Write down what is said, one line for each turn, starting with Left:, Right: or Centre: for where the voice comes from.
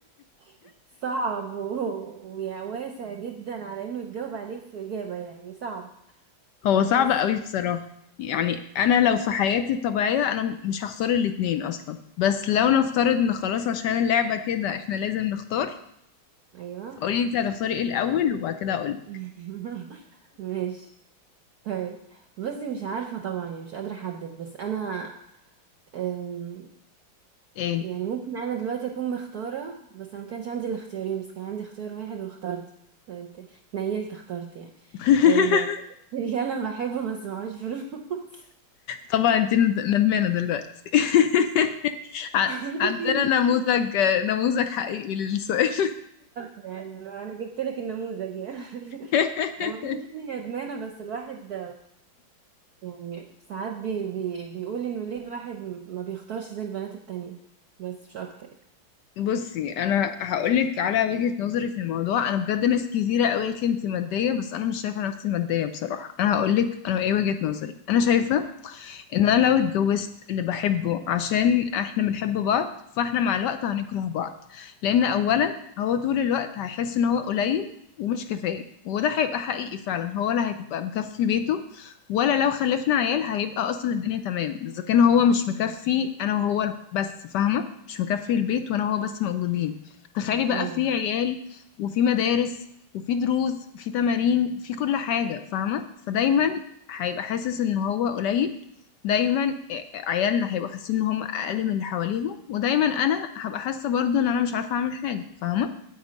Right: <laughs> صعب و- وواسع جدا على انه يتجاوب عليه في اجابه يعني صعب
Left: هو صعب
Right: بس
Left: قوي بصراحة يعني انا لو في حياتي الطبيعية انا مش هختار الاتنين اصلا بس لو نفترض ان خلاص عشان اللعبة كده احنا لازم نختار
Right: ايوه
Left: فقولي انت هتختاري ايه الاول وبعد كده اقولك
Right: <laughs> ماشي طيب بصي مش عارفه طبعا يعني مش قادره احدد بس انا أم،
Left: ايه
Right: يعني ممكن انا دلوقتي اكون مختاره بس انا ما كانش عندي الاختيارين بس كان عندي اختيار واحد واخترت نيلت اخترت يعني
Left: <laughs>
Right: ال- <laughs> اللي انا بحبه بس معهوش فلوس
Left: طبعا انت ند- ندمانة دلوقتي <laughs> ع-
Right: <laughs>
Left: عندنا
Right: مش اني
Left: نموذج نموذج حقيقي للسؤال
Right: يعني انا جبت لك النموذج يعني <laughs>
Left: <laughs>
Right: هو مش اني ندمانه بس الواحد يعني ساعات بي بي بيقول انه ليه الواحد ما بيختارش زي البنات التانية بس مش اكتر يعني
Left: بصي انا هقولك على وجهة نظري في الموضوع انا بجد ناس كتيره قوي قالت لي انت ماديه بس انا مش شايفه نفسي ماديه بصراحه انا هقولك انا ايه وجهة نظري انا شايفه ان انا لو اتجوزت اللي بحبه عشان احنا بنحب بعض فاحنا مع الوقت هنكره بعض لان اولا هو طول الوقت هيحس ان هو قليل ومش كفاية وده هيبقى حقيقي فعلا هو لا هيبقى مكفي بيته ولا لو خلفنا عيال هيبقى اصلا الدنيا تمام اذا كان هو مش مكفي انا وهو بس فاهمة مش مكفي البيت وانا هو بس موجودين تخيلي بقى
Right: اه
Left: في عيال وفي مدارس وفي دروس وفي تمارين في كل حاجة فاهمة فدايما هيبقى حاسس ان هو قليل دايما آه، عيالنا هيبقوا حاسين ان هم اقل من اللي حواليهم ودايما انا هبقى حاسه برضو ان انا مش عارفه اعمل حاجه فاهمه